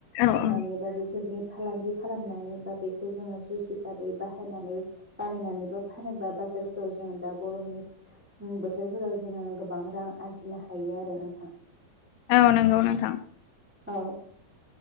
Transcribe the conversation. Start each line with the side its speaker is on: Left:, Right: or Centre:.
Left: औ
Centre: फाननानै
Left: औ
Centre: बा बेफोरनि फालांगि खालामनानै बा बेखौ जोङो जुइस हिसाबै बाहायनानै बानायनानै बा फानोबा बा बैफोरखौ जोंङो दा गरमनि बो बोथोरफोराव जोङो गोबां रां आरजिनो हायो आरो नोंथां
Left: औ नंगौ नोंथां
Centre: औ